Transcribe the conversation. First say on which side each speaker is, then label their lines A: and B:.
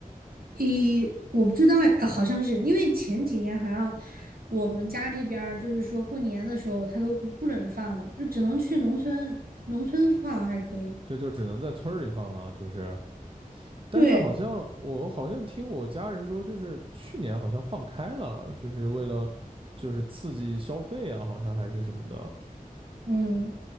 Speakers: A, on the right; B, on the right.
A: 咦，我不知道哎，好像是因为前几年好像我们家这边儿就是说过年的时候他都不准放了，就只能去农村，农村放还可以。
B: 就就只能在村儿里放了，就是。但是好像我好像听我家人说，
A: 对，
B: 就是去年好像放开了，就是为了就是刺激消费啊，好像还是什么的，
A: 嗯，